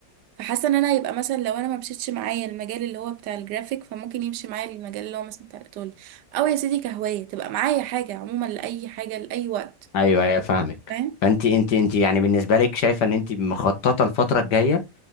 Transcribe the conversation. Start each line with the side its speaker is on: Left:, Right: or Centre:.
Right: فحاسه ان انا هيبقى مثلا لو انا ما مشيتش معايا المجال اللي هو بتاع الجرافيك فممكن يمشي معايا المجال اللي هو مثلا بتاع الايطالي او يا سيدي كهوايه تبقى معايا حاجه عموما لاي حاجه لاي وقت
Left: ايوه ايوه فاهمك
Right: فاهم
Left: فانت انت انت يعني بالنسبه لك شايفه ان انت مخططه الفتره الجايه